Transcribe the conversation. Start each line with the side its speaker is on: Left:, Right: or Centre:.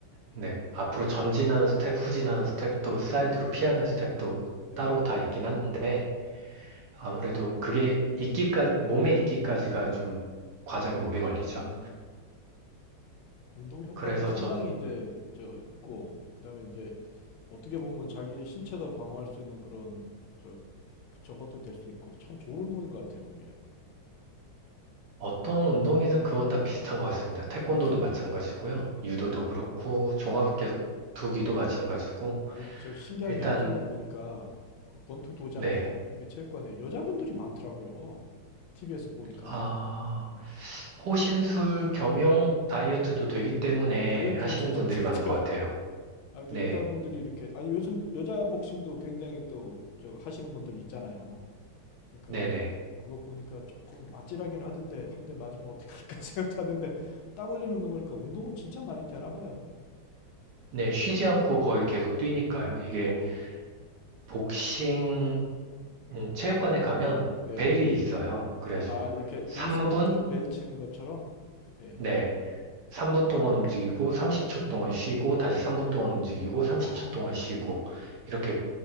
Right: 네. 앞으로 전진하는 스텝, 후진하는 스텝도 사이드로
Left: 예.
Right: 피하는 스텝도
Left: 네.
Right: 따로 다 있긴 한데 아무래도 그게 익기까지 몸에 익기까지가 좀 과정이 오래 걸리죠.
Left: 음. 운동 효과는
Right: 그래서
Left: 상당히
Right: 전
Left: 이제 저 있고 그다음에 이제 어떻게 보면 자기 신체도 방어할 수 있는 그런 저 저것도 될 수 있고 참 좋은 운동인 것 같아요 그게
Right: 어떤 운동이든 그건 다 비슷한 것 같습니다. 태권도도
Left: 그렇죠
Right: 마찬가지고요.
Left: 예
Right: 유도도 그렇고 종합격투기도 마찬가지고
Left: 아니 저 신기한
Right: 일단
Left: 게 요새는 보니까 그 권투 도장에
Right: 네.
Left: 이게 체육관에 여자분들이 많더라고요 TV에서 보니까
Right: 아, 호신술 겸용 다이어트도 되기 때문에
Left: 아 다이어트는
Right: 하시는
Left: 진짜
Right: 분들이
Left: <laughs> 되더라고
Right: 많은 것 같아요.
Left: 아 근데
Right: 네.
Left: 여자분들이 이렇게 아니 요즘 여자 복싱도 굉장히 또 저 하시는 분들 있잖아요 그러니까
Right: 네네.
Left: 그거 보니까 조금 아찔하긴 하던데 한 대 맞으면 어떡할까 <laughs> 생각도 하던데 땀 흘리는 거 보니까 운동은 진짜 많이 되나 봐요.
Right: 네, 쉬지 않고 거의 계속 뛰니까요. 이게
Left: 어.
Right: 복싱 음, 체육관에 가면
Left: 네.
Right: 벨이 있어요. 그래가지고
Left: 아, 이렇게
Right: 3분?
Left: 링사이드 저벨 치는 것처럼 네.
Right: 네. 3분 동안 움직이고 30초 동안 쉬고 다시 3분 동안 움직이고 30초
Left: 야,
Right: 동안 쉬고 이렇게